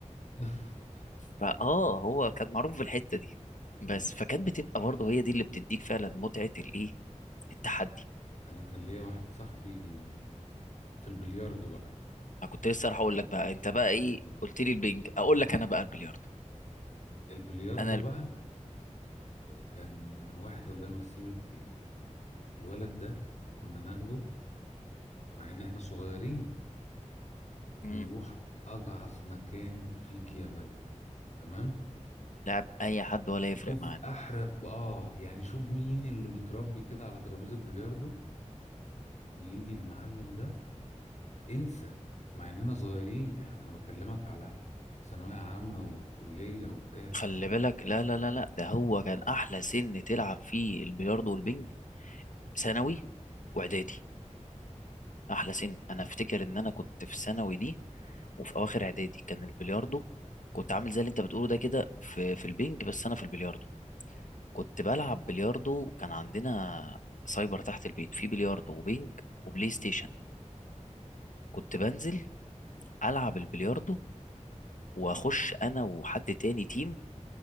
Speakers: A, on the left; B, on the left.
A: <laughs>
B: فاه هو كان معروف بالحته دي بس
A: اه
B: فكانت بتبقى برضه هي دي اللي بتديك فعلا متعه الايه التحدي
A: انا كان ليا واحد صاحبي في البلياردو بقى
B: ما كنت لسه راح اقول لك بقى انت بقى ايه قلت لي البنج اقول لك انا بقى البلياردو
A: البلياردو
B: انا ال-
A: بقى كان واحد الله يمسيه بالخير الولد ده كنا ناخده مع ان احنا صغيرين
B: مم،
A: نروح اجعص مكان فيك يا بلد تمام
B: لعب اي حد ولا يفرق
A: شوف
B: معانا
A: احرف اه يعني شوف مين اللي متربي كده على ترابيزه البلياردو ويجي المعلم ده انسى مع اننا صغيرين احنا انا بكلمك على ثانوية عامة وكلية وبتاع
B: خلي بالك لا لا لا لا ده هو كان احلى سن تلعب فيه البلياردو والبنج ثانوي واعدادي احلى سن انا افتكر ان انا كنت في ثانوي دي وفي اواخر اعدادي كان البلياردو كنت عامل زي اللي انت بتقوله ده كده في في البنج بس انا في البلياردو كنت بلعب بلياردو كان عندنا سايبر تحت البيت فيه بلياردو وبينج وبلاي ستيشن كنت بنزل ألعب البلياردو وأخش أنا وحد تاني تيم